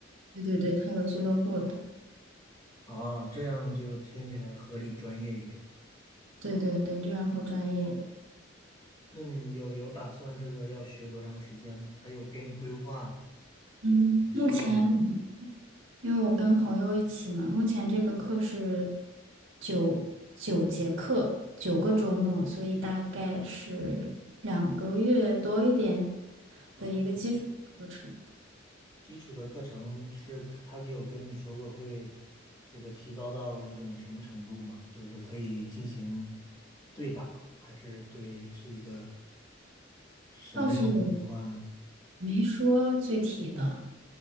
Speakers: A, on the right; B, on the left.
A: 对对对，他有俱乐部的，
B: 啊，这样就听起来合理专业一点。
A: 对对对，这样会专业一点。
B: 那你有有打算这个要学多长时间吗？他有给你规划
A: 嗯，
B: 来训练吗？
A: 目前因为我跟朋友一起嘛，目前这个课是九九节课，九个周末，所以大概是两个月多一点
B: 哦
A: 的一个基础课程，
B: 基础的课程是他有跟你说过会这个提高到一种什么程度吗？就是可以进行对打，还是对是一个什么样的规划呢？
A: 倒是也没说具体的，